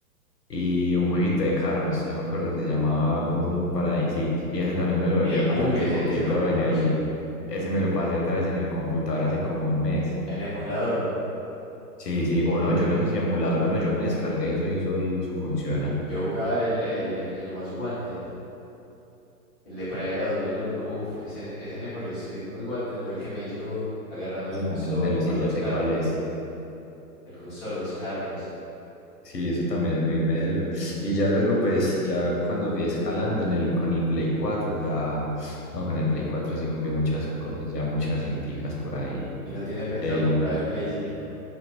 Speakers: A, on the left (about 85°); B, in the centre.
A: Y un jueguito de carros, yo me acuerdo que se llamaba Burnout Paradise City. Y ese también me lo volví
B: Hey,
A: a pasar
B: uy,
A: hace
B: ese,
A: poquito
B: ese lo conozco.
A: en el... Ese me lo pasé otra vez en el computador hace como un mes.
B: En emulador.
A: Sí, sí, o
B: Sí.
A: no, yo no sé si emulador o no, yo me descargué eso y eso, y eso funciona.
B: Yo jugaba era el, el, el Most Wanted, el de por allá de dos mil uno Uf, ese, ne- ese Need for Speed Most Wanted fue el que me hizo agarrarle
A: Ese
B: el gusto
A: también es melo, sí,
B: por los
A: ya sé
B: carros,
A: cuál es.
B: el gusto de los carros.
A: Sí, eso también es muy melo. Y ya luego, pues, ya cuando fui escalando en el, con el Play 4 ya, no, con el Play 4 sí jugué muchas cosas, ya muchas cinticas por ahí.
B: Y no tiene pensado
A: El,
B: comprar el Play cinco